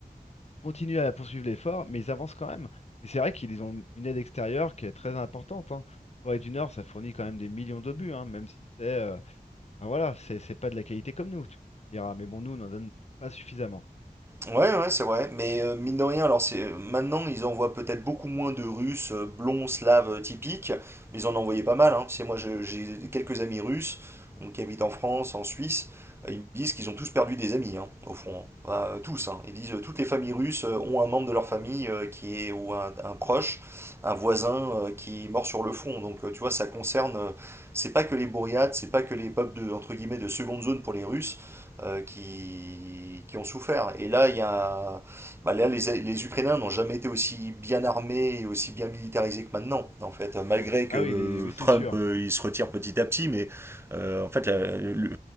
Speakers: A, on the left (about 45°); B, on the right (about 15°).
A: continuent à poursuivre l'effort, mais ils avancent quand même. Mais c'est vrai qu'ils ont une aide extérieure qui est très importante. hein. Corée du Nord, ça fournit quand même des millions d'obus, hein, même si c'est euh, ben voilà, c'est c'est pas de la qualité comme nous, tu tu me diras. Mais bon, nous, on n'en donne pas suffisamment.
B: Ouais, ouais, c'est vrai. Mais euh, mine de rien, alors c'est euh, maintenant ils envoient peut-être beaucoup moins de Russes euh, blonds, slaves euh, typiques, mais ils en envoyaient pas mal. Hein. Tu sais, moi, je- j'ai quelques amis russes donc, qui habitent en France, en Suisse. euh, Ils me disent qu'ils ont tous perdu des amis, hein, au fond. Hein. Bah, euh, tous. hein. Ils disent euh, toutes les familles russes euh, ont un membre de leur famille euh, qui est ou un, un proche, un voisin euh, qui est mort sur le front. Donc, euh, tu vois, ça concerne. euh, c'est pas que les bourriades, c'est pas que les peuples de entre guillemets de seconde zone pour les Russes euh, qui, qui ont souffert. Et là, il y a, bah là les, les Ukrainiens n'ont jamais été aussi bien armés et aussi bien militarisés que maintenant, en fait, malgré que
A: Ah
B: euh,
A: oui, les- oui, c'est
B: Trump
A: sûr.
B: euh, il se retire petit à petit, mais euh, en fait, la- le-